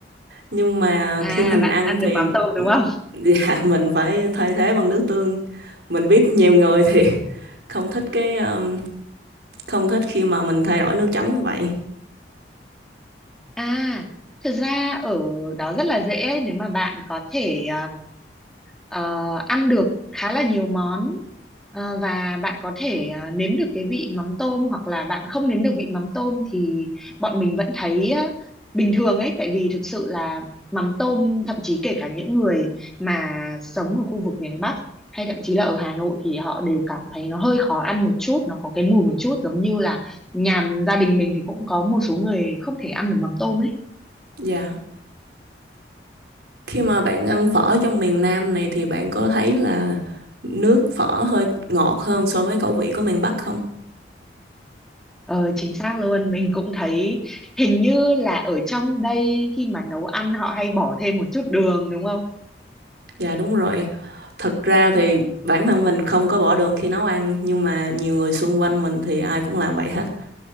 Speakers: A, on the right; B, in the centre.
A: Nhưng mà
B: à
A: khi mình
B: bạn
A: ăn
B: ăn
A: thì
B: được mắm tôm đúng không
A: dạ, <laughs> mình phải thay thế bằng nước tương. Mình biết nhiều người thì <laughs> không thích cái um, không thích khi mà mình thay đổi nước chấm như vậy.
B: à thực ra ở đó rất là dễ nếu mà bạn có thể ờ, ăn được khá là nhiều món Ờ, và bạn có thể ờ, nếm được cái vị mắm tôm hoặc là bạn không nếm được vị mắm tôm thì bọn mình vẫn thấy ờ, bình thường ấy tại vì thực sự là mắm tôm thậm chí kể cả những người mà sống ở khu vực miền Bắc hay thậm chí là ở Hà Nội thì họ đều cảm thấy nó hơi khó ăn một chút nó có cái mùi một chút giống như là nhà gia đình mình thì cũng có một số người không thể ăn được mắm tôm ấy
A: Dạ. Khi mà bạn ăn phở trong miền Nam này thì bạn có thấy là nước phở hơi ngọt hơn so với khẩu vị của miền Bắc không?
B: Ờ, chính xác luôn, mình cũng thấy hình như là ở trong đây khi mà nấu ăn họ hay bỏ thêm một chút đường đúng không?
A: Dạ đúng rồi. Thật ra thì bản thân mình không có bỏ đường khi nấu ăn nhưng mà nhiều người xung quanh mình thì ai cũng làm vậy hết.